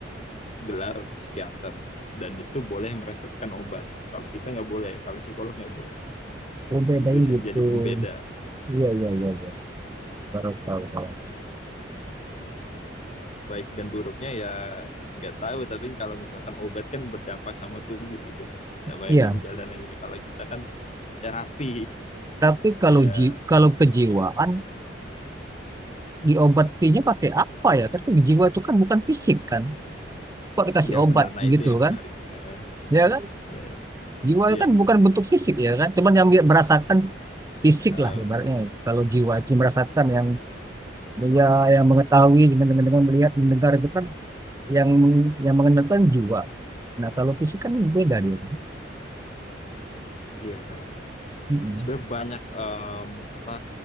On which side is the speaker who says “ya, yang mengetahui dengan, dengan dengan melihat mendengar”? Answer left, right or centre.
Right